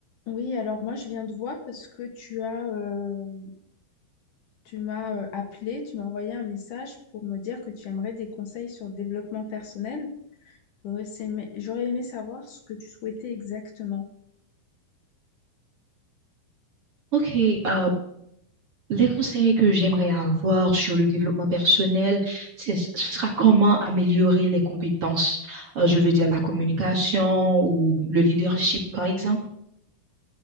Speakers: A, on the left (about 60°); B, on the right (about 45°).
A: Oui, alors moi je viens de voir parce que tu as, euh, tu m'as euh, appelé, tu m'as envoyé un message pour me dire que tu aimerais des conseils sur le développement personnel. J'aurais aimé, j'aurais aimé savoir ce que tu souhaitais exactement.
B: Ok, euh, les conseils que j'aimerais avoir sur le développement personnel, c'est, ce sera comment améliorer les compétences. Euh, je veux dire la communication ou le leadership, par exemple.